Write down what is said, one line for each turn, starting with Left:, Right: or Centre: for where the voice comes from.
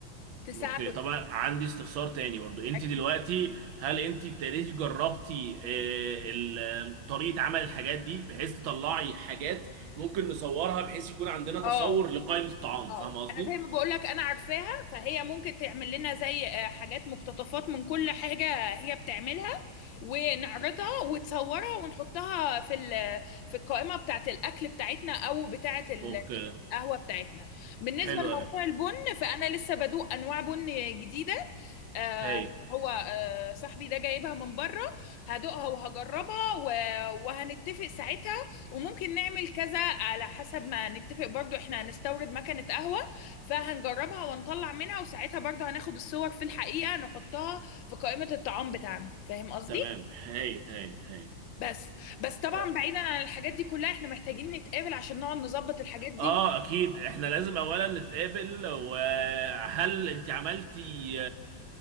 Left: تساعده
Right: اوكي طبعا عندي استفسار تاني برضو انت
Left: الأكل
Right: دلوقتي هل انت ابتديتي جربتي آه، ال- آه، طريقة عمل الحاجات دي بحيث تطلعي حاجات ممكن نصورها بحيث يكون عندنا تصور
Left: اه
Right: لقائمة الطعام
Left: اه
Right: فاهم قصدي؟
Left: انا زي ما بقول لك انا عارفاها فهي ممكن تعمل لنا زي آه، حاجات مقتطفات من كل حاجة هي بتعملها ونعرضها وتصورها ونحطها في ال- في القائمة بتاعة الأكل بتاعتنا أو بتاعة
Right: اوكي
Left: القهوة بتاعتنا بالنسبة
Right: حلو
Left: لموضوع
Right: قوي
Left: البن فأنا لسه بدوق أنواع بن جديدة آه
Right: هايل
Left: هو آه صاحبي ده جايبها من بره هدوقها وهجربها و- وهنتفق ساعتها وممكن نعمل كذا على حسب ما نتفق برضو احنا هنستورد مكنة قهوة فهنجربها ونطلع منها وساعتها برضو هناخد الصور في الحقيقة نحطها في قائمة الطعام بتاعنا فاهم قصدي؟
Right: تمام هايل هايل هايل
Left: بس بس طبعا
Right: اه
Left: بعيدا عن الحاجات دي كلها احنا محتاجين نتقابل عشان نقعد نظبط الحاجات دي
Right: آه،
Left: و...
Right: اكيد احنا لازم اولا نتقابل وهل انت عملتي